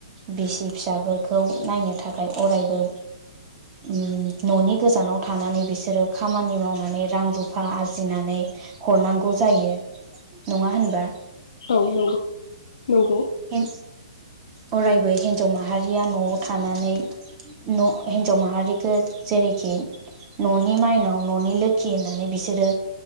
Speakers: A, on the right; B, on the left.
A: बिसि फिसाफोरखौ नायनो थाखाय अरायबोओ उम न'नि गोजानाव थानानै बिसोरो खामानि मावनानै रां रुफा आरजिनानै हरनांगौ जायो नङा होनबा?
B: औ नंगौ नंगौ।
A: ए अरायबो हिन्जाव माहारिया न'आव थानानै न' हिन्जाव माहारिखौ जेरैखि न'नि माइनाव न'नि लोखि होननानै बिसोरो